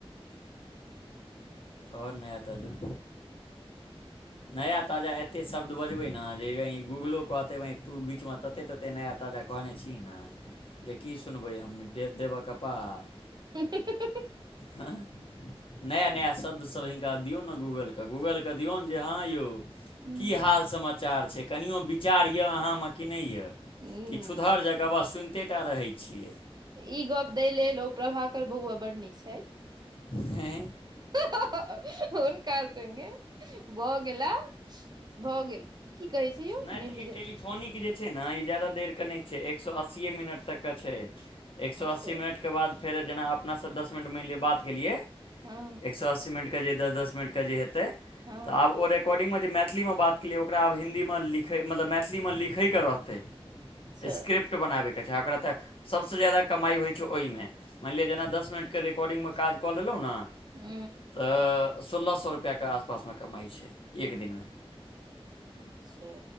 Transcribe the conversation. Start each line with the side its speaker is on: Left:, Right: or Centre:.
Left: ओर नया ताजा। नया ताजा एते शब्द बजबै ने जे कही गूगलो कहते तू बीचमे तते कतेक नया ताजा कहने छी ने जे की सुनबै हम दे देबय कपार।
Right: हूँ हूँ हूँ हूँ
Left: हूँ नया नया शब्द सब इनका दियो न गूगल के, गूगल के दियो न जे हँ यौ
Right: ह
Left: की हाल समाचार छै। कनयो विचार यऽ अहाँमे कि नहि य
Right: ह
Left: कि छूतहर जाकऽ आवाज सुनिते टा रहै छियै।
Right: ई गप्प दै लेल ओ प्रभाकर बौआ बड्ड नीक छै
Left: आए
Right: हा हा हा, उनका संगे भ गेला, भ गेल की कहै छै यौ
Left: नहि तऽ
Right: बुझल
Left: इटली फोनिक जे छै ने ई जदा देर के नहि छै एक सए अस्सीए मिनट तक के छै। एक सए
Right: अच्छा
Left: अस्सी मिनटके बाद फेर जेना अपनासँ दस मिनट मानि लिआ बात केलियै
Right: हँ।
Left: एक सए अस्सी मिनट के जे दस दस मिनट के जे हेतै,
Right: हँ
Left: तऽ आब ओर कॉर्डिंग मे जे मैथिली मे बात केलिय ओकरा आब हिन्दी मे लिखै मतलब मैथिली मे लिखैके रहतै
Right: अच्छा
Left: स्क्रिप्ट बनाबयके चाही ओकरा तऽ। सभसँ ज्यादा कमाइ होइ छै ओहिमे। मानि लिअ जेना दस मिनटके रिकॉर्डिंगमे काज कऽ लेलहुँ न
Right: ऊ
Left: अऽ अऽ सोलह सए रुपैआके आसपास मे कमाइ छै, एक दिनमे।
Right: अच्छा।